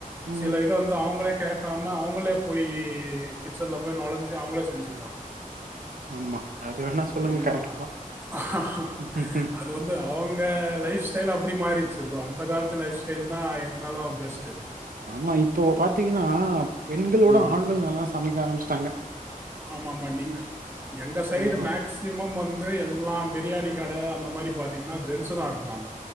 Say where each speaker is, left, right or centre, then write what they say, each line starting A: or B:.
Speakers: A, on the right (about 80°); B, on the right (about 15°).
A: ம் ம்.
B: சில இது வந்து அவ்ங்களே கேக்காம அவ்ங்களே போயீ கிச்சன்ல போய் நுழைஞ்சி அவ்ங்களே செஞ்சிக்கிறாங்க
A: ஆமா அது வேணா
B: ச்ச்
A: சொல்லுங்க
B: ஆமா
A: கரெக்ட்
B: அஹ அஹ
A: ம்
B: அது வந்து அவங்க லைஃப் ஸ்டைல் அப்டி மாறிச்சு <unintelligible> அந்த காலத்து லைஃப் ஸ்டைல் தா இருந்தாலு பெஸ்ட்டு
A: ஆமா இப்போ பாத்தீங்கன்னா பெண்களோட
B: ம்
A: ஆண்கள் நல்லா சமைக்க ஆரம்பிச்ட்டாங்க
B: ஆமாமா நீங்க எங்க சைடு
A: ம்
B: மேக்சிமம் வந்து எல்லாம் பிரியாணி கட அந்த மாரி பாத் பாத்திங்னா ஜென்ச தா எறக்குவாங்க